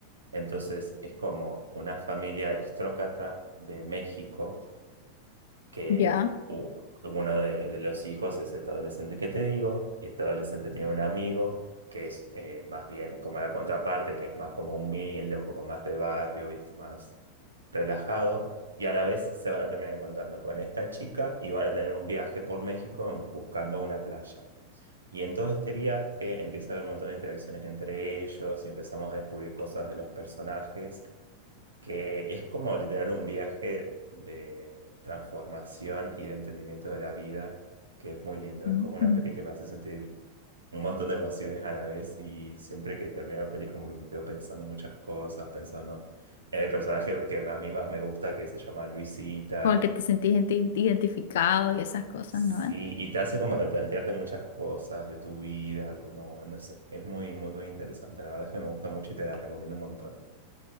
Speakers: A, on the right (about 75°); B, on the left (about 60°).
A: Entonces es como una familia aristócrata de México que
B: Ya.
A: u- uno de, de los hijos es este adolescente que te digo, y este adolescente tiene un amigo que es eh, más bien como la contraparte, que es más como humilde o como más de barrio, ¿viste? Más relajado, y a la vez se van a terminar encontrando con esta chica y van a tener un viaje por México en- buscando una playa. Y en todo este viaje empieza a haber un montón de interacciones entre ellos y empezamos a descubrir cosas de los personajes que es como literal un viaje de transformación y de entendimiento de la vida, que es muy lindo.
B: Mm.
A: Es como una peli que me hace sentir un montón de emociones a la vez y siempre que termino la peli es como que me quedo pensando muchas cosas, pensando en el personaje que a mí más me gusta, que se llama Luisita.
B: Con el que te sentís identi- identificado y esas cosas,
A: Sí,
B: ¿no? ¿Eh?
A: y te hace como replantearte muchas cosas de tu vida, como, no sé, es muy, muy, muy interesante. La verdad es que me gusta mucho y te la recomiendo un montón.